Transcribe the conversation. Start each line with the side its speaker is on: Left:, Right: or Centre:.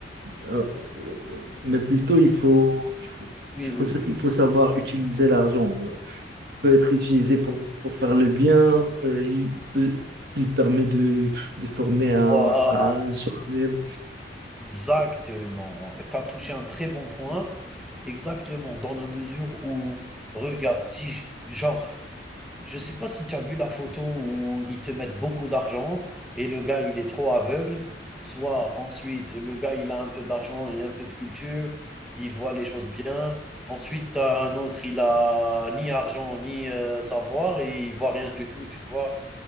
Right: euh, euh, mais plutôt, il faut, il faut,
Centre: Oui,
Right: il faut,
Centre: oui,
Right: sa-
Centre: oui,
Right: il
Centre: oui.
Right: faut savoir utiliser l'argent. euh. Il peut être utilisé pour, pour faire le bien. euh, il peut, il permet de, de former à,
Centre: Voilà.
Right: à un soi-même.
Centre: exactement. Tu as touché un très bon point. Exactement, dans la mesure où, regarde, si je- genre, je sais pas si tu as vu la photo où ils te mettent beaucoup d'argent et le gars, il est trop aveugle, ou soit ensuite, le gars, il a un peu d'argent et un peu de culture, il voit les choses bien. Ensuite, tu as un autre, il a ni argent ni euh, savoir et il voit rien du tout, tu vois.